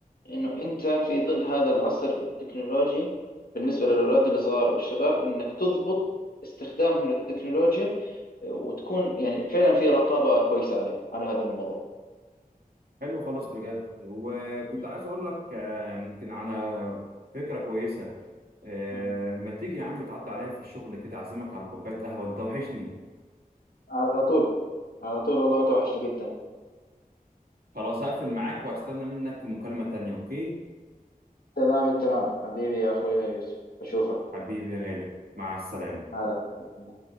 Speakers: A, on the left; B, on the right.
A: إنه أنت في ظل هذا العصر التكنولوجي بالنسبة للأولاد الصغار والشباب إنك تضبط استخدامهم للتكنولوجيا آه، وتكون يعني فعلا في رقابة كويسة عليه على هذا الموضوع
B: حلو خالص بجد وكنت
A: مم.
B: عايز اقول لك آه، يمكن على فكره كويسه آه،
A: مم.
B: ما تيجي يا عم تعدي عليا في الشغل كده اعزمك على كوباية قهوة انت وحشني
A: على طول على طول والله وأنت وحشني جدا
B: خلاص هقفل معاك وهستنى منك مكالمة تانية اوكي
A: تمام التمام حبيبي يا أخويا يوسف أشوفك
B: حبيبي يا غالي مع السلامة
A: هلا